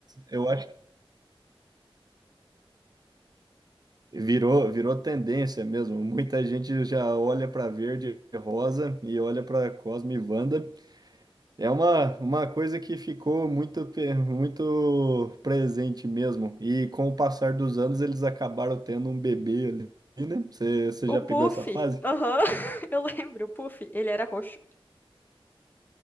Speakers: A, on the right (about 45°); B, on the left (about 20°).
A: eu acho que virou, virou tendência mesmo. Muita gente já olha para verde e rosa e olha para Cosme e Wanda É uma, uma coisa que ficou muito, pe- muito presente mesmo. E com o passar dos anos, eles acabaram tendo um bebê ali, né? Você, você
B: O
A: já
B: Puff,
A: pegou essa fase?
B: aham, <laughs> eu lembro, o Puff, ele era roxo.